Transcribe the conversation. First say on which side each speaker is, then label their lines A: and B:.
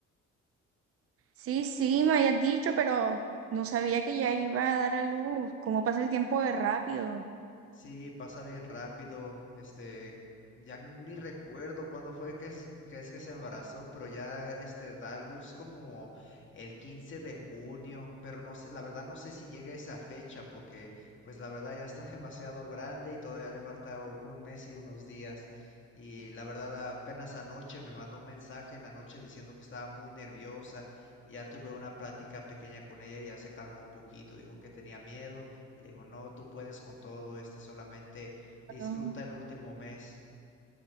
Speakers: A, on the right; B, on the left.
A: Sí, sí, me habías dicho, pero no sabía que ya iba a dar a luz. ¿Cómo pasa el tiempo de rápido?
B: Sí, pasa bien rápido. Este, ya ni recuerdo cuándo fue que es que, es que se embarazó, pero ya este da a luz como el 15 de junio, pero no sé, la verdad no sé si llega esa fecha porque pues la verdad ya está <laughs> demasiado grande y todavía le falta u- un mes y unos días. Y la verdad apenas anoche me mandó un mensaje en la noche diciendo que estaba muy nerviosa. Ya tuve una plática pequeña con ella y ya se calmó un poquito, dijo que tenía miedo y le digo, no, tú puedes con todo, este solamente disfruta
A: Pero
B: el último mes.